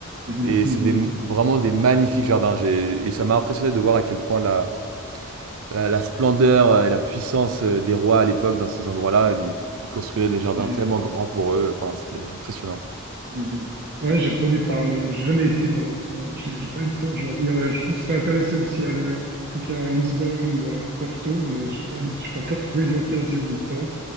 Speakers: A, on the right (about 45°); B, on the right (about 65°).
A: Mhm,
B: Et
A: mhm,
B: c'est des, vraiment des magnifiques jardins. J'ai- Et ça m'a impressionné de voir à quel point la, la, la splendeur euh, et la puissance euh, des rois à l'époque dans ces endroits-là. Ils, ils construisaient des jardins
A: mhm,
B: tellement grands pour eux. Enfin, c'était impressionnant.
A: mhm. Ouais, j'ai entendu parler, mais j'ai jamais été malheureusement. J'ai j'ai pas eu le temps. Je, il y aurait- je me serais intéressé aussi à aller, euh, en tout cas à Lisbonne ou à Porto, mais j'ai pas eu, le- j'ai pas encore trouvé l'occasion ou le temps.